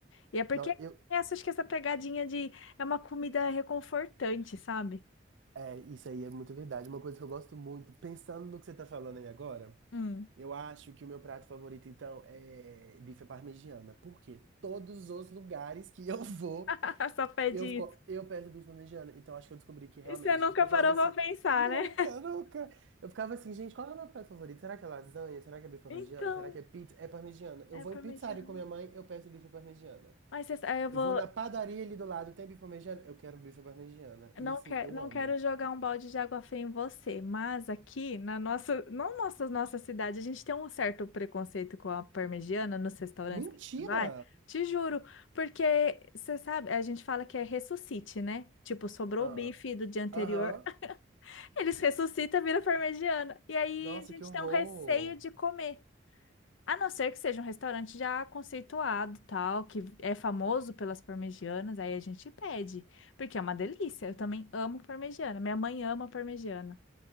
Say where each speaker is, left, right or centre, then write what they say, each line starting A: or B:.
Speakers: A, on the left (about 80°); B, on the right (about 75°).
A: E é porque
B: Não, eu.
A: essa, acho que essa pegadinha de é uma comida reconfortante, sabe?
B: É, isso aí é muito verdade. Uma coisa que eu gosto muito, pensando no que você tá falando aí agora,
A: Hum.
B: eu acho que o meu prato favorito, então, é bife à parmegiana. Porque todos os lugares que eu <laughs> vou,
A: <laughs> Só pede
B: Eu, fico-
A: isso.
B: eu percebi isso planejando, então acho que eu descobri que realmente.
A: E você nunca
B: Porque eu
A: parou
B: falava assim,
A: pra pensar,
B: nunca,
A: né?
B: nunca. Eu ficava assim, gente, qual é o meu prato favorito? Será que é lasanha? Será que é bife parmegiana?
A: Então,
B: Será que é pizza? É parmegiana. Eu
A: é
B: vou
A: parmegiana.
B: em pizzaria com minha mãe, eu peço bife parmegiana.
A: Mas você- aí eu
B: Eu
A: vou.
B: vou na padaria ali do lado, tem bife parmegiana? Eu quero bife parmegiana. E
A: Não,
B: assim,
A: quer,
B: eu
A: não
B: amo.
A: quero jogar um balde de água fria em você, mas aqui na nossa, na nossa, nossa cidade, a gente tem um certo preconceito com a parmegiana nos restaurantes
B: Mentira!
A: que a gente vai, te juro, porque você sabe, a gente fala que é ressuscite, né? Tipo, sobrou
B: Ah,
A: o bife do dia anterior,
B: Aham.
A: <laughs> eles ressuscitam, vira parmegiana. E aí
B: Nossa,
A: a gente
B: que horror.
A: tem um receio de comer. A não ser que seja um restaurante já conceituado, tal, que é famoso pelas parmegianas, aí a gente pede, porque é uma delícia. Eu também amo parmegiana. Minha mãe ama parmegiana.